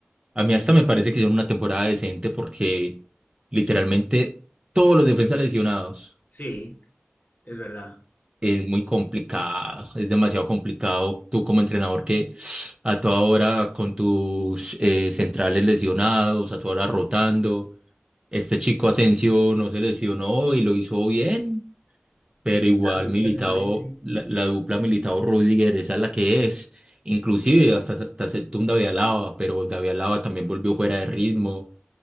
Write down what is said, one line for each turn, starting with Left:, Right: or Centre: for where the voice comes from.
Right: A mí hasta me parece que hicieron una temporada decente porque literalmente todos los defensas lesionados
Left: Sí. Es verdad.
Right: es muy complicado, es demasiado complicado. Tú como entrenador que a toda hora con tus eh, centrales lesionados, a toda hora rotando. Este chico Asensio no se lesionó y lo hizo bien. pero igual
Left: Claro, lo
Right: Militao,
Left: está haciendo bien, sí.
Right: la, la dupla Militao-Rudiger, esa es la que es. Inclusive hasta, hasta aceptó un David Alaba, pero David Alaba también volvió fuera de ritmo.